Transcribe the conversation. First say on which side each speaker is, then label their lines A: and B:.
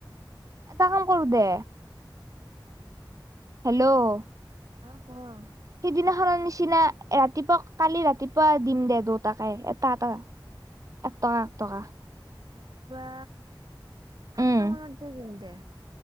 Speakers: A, on the right (about 40°); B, on the right (about 65°).
A: এটা কাম কৰো দে
B: উম
A: হেল্ল'
B: আহ শোৱা
A: সিদিনাখনৰ নিচিনা ৰাতিপুৱা কালি ৰাতিপুৱা দিম দে দেউতাকাই এটা এটা এক টকা এক টকা
B: ৰাতিপুৱা সাতটা
A: উম
B: মানত যে দিম দে